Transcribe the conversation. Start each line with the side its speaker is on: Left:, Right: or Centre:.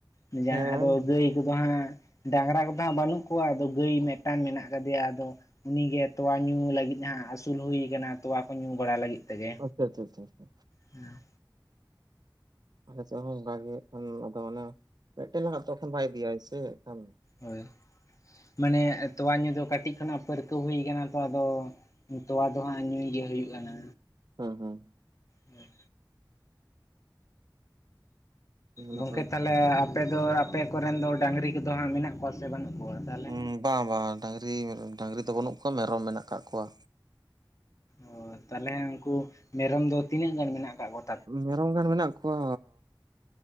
Left: ᱡᱟᱸᱦᱟᱸ
Right: ᱦᱮᱸ
Left: ᱟᱫᱚ ᱜᱟᱹᱭ ᱠᱚᱫᱚ ᱦᱟᱸᱜ ᱰᱟᱝᱨᱟ ᱠᱚᱫᱚ ᱦᱟᱸᱜ ᱵᱟᱹᱱᱩᱜ ᱠᱚᱣᱟ ᱟᱫᱚ ᱜᱟᱹᱭ ᱢᱮᱫ ᱴᱟᱝ ᱢᱮᱱᱟᱜ ᱠᱟᱫᱮᱭᱟ ᱟᱫᱚ ᱩᱱᱤᱜᱮ ᱛᱚᱣᱟ ᱧᱩ ᱞᱟᱹᱜᱤᱫ ᱦᱟᱸᱟᱜ ᱟᱹᱥᱩᱞ ᱦᱩᱭ ᱠᱟᱱᱟ ᱛᱚᱣᱟ ᱠᱚ ᱧᱩ ᱵᱟᱲᱟ ᱞᱟᱹᱜᱤᱫ ᱛᱮᱜᱮ᱾
Right: ᱟᱪᱷᱟ ᱪᱷᱟ ᱪᱷᱟ᱾
Left: ᱦᱮᱸ᱾
Right: ᱟᱹᱞᱮᱥᱮᱫ ᱦᱚᱸ ᱚᱝᱠᱟᱜᱮ ᱟᱫᱚ ᱚᱱᱮ ᱢᱤᱫᱴᱮᱱ ᱞᱟᱜᱟᱜ ᱛᱚᱠᱷᱚᱱ ᱵᱟᱭ ᱤᱫᱤᱭᱟ ᱥᱮ ᱠᱷᱟᱱ
Left: ᱦᱳᱭ ᱢᱟᱱᱮ ᱛᱚᱣᱟ ᱧᱩ ᱫᱚ ᱠᱟᱹᱴᱤᱡ ᱠᱷᱚᱱᱟᱜ ᱯᱟᱹᱨᱠᱟᱹᱣ ᱦᱩᱭ ᱠᱟᱱᱟ ᱛᱚ ᱟᱫᱚ ᱛᱚᱣᱟ ᱫᱚ ᱦᱟᱸᱜ ᱧᱩᱭ ᱜᱮ ᱦᱩᱭᱩᱜ ᱟᱱᱟ᱾
Right: ᱦᱩᱸ ᱦᱩᱸ᱾
Left: ᱦᱮᱸ᱾ ᱜᱚᱝᱠᱮ
Right: ᱱᱟᱯᱟᱭ ᱜᱮ᱾
Left: ᱛᱟᱦᱚᱞᱮ ᱟᱯᱮ ᱫᱚ ᱟᱯᱮ ᱠᱚᱨᱮᱱ ᱫᱚ ᱰᱟᱹᱟᱝᱨᱤ ᱠᱚᱫᱚ ᱦᱟᱸᱜ ᱢᱮᱱᱟᱜ ᱠᱚᱣᱟ ᱥᱮ ᱵᱟᱹᱱᱩᱜ ᱠᱚᱣᱟ ᱛᱟᱦᱚᱞᱮ
Right: ᱦᱩᱸ ᱵᱟ ᱵᱟ ᱰᱟᱝᱨᱤ ᱰᱟᱹᱟᱝᱨᱤ ᱫᱚ ᱵᱟᱹᱱᱩᱜ ᱠᱚᱣᱟ ᱢᱮᱨᱚᱢ ᱢᱮᱱᱟᱜ ᱠᱟᱜ ᱠᱚᱣᱟ᱾
Left: ᱚ ᱛᱟᱦᱚᱞᱮ ᱩᱝᱠᱩ ᱢᱮᱨᱚᱢ ᱫᱚ ᱛᱤᱱᱟᱹᱜ ᱜᱟᱱ ᱢᱮᱱᱟᱜ ᱠᱟᱜ ᱠᱚᱣᱟ?
Right: ᱢᱮᱨᱚᱢ ᱜᱟᱱ ᱢᱮᱱᱟᱜ ᱠᱚᱣᱟ